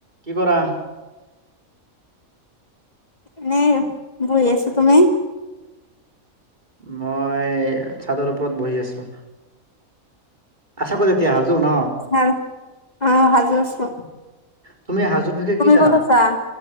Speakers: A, on the right; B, on the left.
A: কি কৰা
B: এনেই বহি আছো তুমি
A: মই চাদৰ ওপৰত বহি আছো। আছ কত এতিয়া হাজো ন
B: ভাল অ সাজু আছো
A: তুমি হাজোত তেতিয়া কি জানা
B: ক'ত আছা